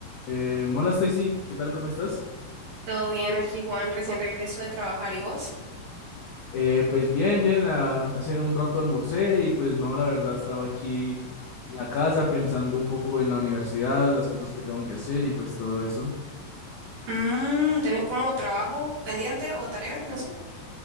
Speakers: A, on the left; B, on the right.
A: Eh, hola Stacy, ¿qué tal? ¿Cómo estás?
B: Todo bien aquí, Juan. Recién regreso de trabajar. ¿Y vos?
A: Eh, pues bien, bien, ah, hace un rato almorcé y pues no, la verdad estaba aquí en la casa pensando un poco en la universidad, las cosas que tengo que hacer y pues todo eso.
B: Mm, ¿tenés como trabajo pendiente o tareas? No sé.